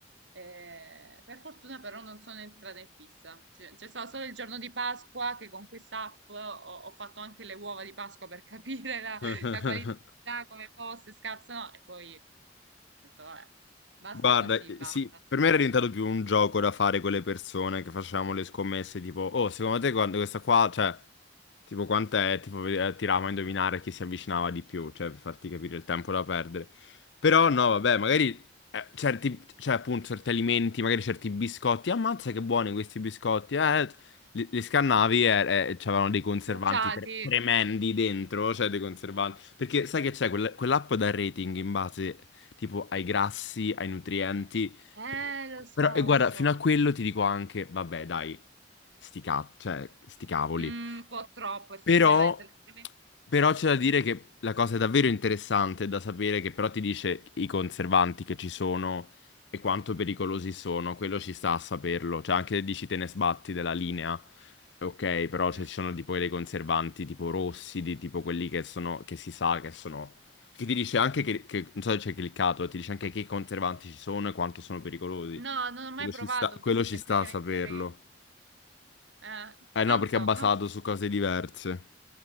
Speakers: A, on the right; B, on the left.
A: Eh, per fortuna però non sono entrata in fissa. C'è c'è stato solo il giorno di Pasqua che con quest'app ho, ho fatto anche le uova di Pasqua per capire la,
B: <laughs>
A: la qualità, come fosse, scarsa o no. E poi ho detto, vabbè, basta
B: Guarda,
A: così,
B: eh,
A: basta.
B: sì, per me era diventato più un gioco da fare con le persone che facevamo le scommesse, tipo, oh, secondo te quando questa qua, cioè, tipo quant'è, tipo ve- eh, tiravamo a indovinare chi si avvicinava di più, cioè, per farti capire il tempo da perdere. Però no, vabbè, magari eh, certi, cioè, appunto, certi alimenti, magari certi biscotti, ammazza che buoni questi biscotti, eh, eh, li, li scannavi e, e c'avevano dei conservanti
A: Bocciati.
B: tre- tremendi dentro, cioè dei conservanti. Perché sai che c'è Quella- quell'app da rating in base tipo ai grassi, ai nutrienti.
A: Eh, lo so,
B: Però, e guarda,
A: lo so.
B: fino a quello ti dico anche, vabbè, dai, sti, ca- cioè, sti cavoli.
A: Mm, un po' troppo effettivamente.
B: Però,
A: altrimenti-
B: però c'è da dire che la cosa è davvero interessante da sapere che però ti dice i conservanti che ci sono e quanto pericolosi sono, quello ci sta a saperlo. Cioè anche se dici te ne sbatti della linea, ok, però cioè,
A: Mm.
B: ci sono tipo dei conservanti tipo rossi, di tipo quelli che sono, che si sa che sono... Che ti dice anche che, che- non so se c'è cliccato, ti dice anche che conservanti ci sono e quanto sono pericolosi.
A: No, non ho mai
B: Quello
A: provato,
B: ci sta,
A: ho
B: quello
A: visto
B: ci
A: semplicemente
B: sta a saperlo.
A: reti. Eh,
B: Eh
A: non
B: no, perché
A: so,
B: è basato
A: non,
B: su cose diverse.